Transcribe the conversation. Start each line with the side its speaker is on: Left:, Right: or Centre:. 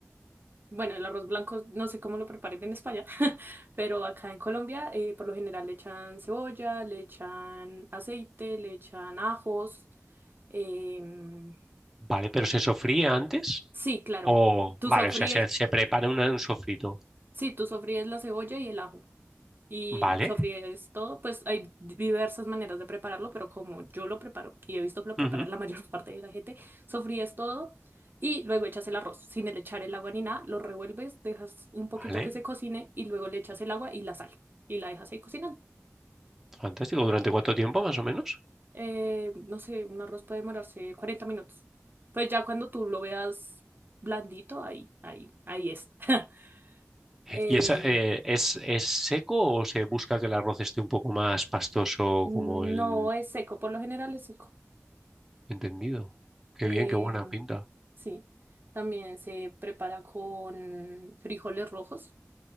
Right: Bueno, el arroz blanco no sé cómo lo preparen en España, <laughs> pero acá en Colombia eh, por lo general le echan cebolla, le echan aceite, le echan ajos. em,
Centre: Vale, pero ¿se sofría antes?
Right: sí, claro,
Centre: O,
Right: tú
Centre: vale,
Right: sofríes,
Centre: o sea, se, se prepara una- un sofrito.
Right: sí, tú sofríes la cebolla y el ajo. y
Centre: Vale.
Right: sofríes todo, pues hay diversas maneras de prepararlo, pero como yo lo preparo y he visto que lo prepara
Centre: ujú,
Right: la mayor <laughs> parte de la gente, sofríes todo y luego echas el arroz sin el echar el agua ni nada, lo revuelves, dejas un poquito
Centre: Vale,
Right: que se cocine y luego le echas el agua y la sal y la dejas ahí cocinando.
Centre: fantástico. ¿Durante cuánto tiempo, más o menos?
Right: Eh, no sé, un arroz puede demorarse 40 minutos. Pues ya cuando tú lo veas blandito, ahí, ahí, ahí es. <laughs> Eh,
Centre: ¿Y esa, eh, es, es seco o se busca que el arroz esté un poco más pastoso
Right: no
Centre: como el
Right: es seco, por lo general es seco.
Centre: entendido? Qué
Right: Eh,
Centre: bien, qué buena pinta.
Right: sí, también se prepara con frijoles rojos,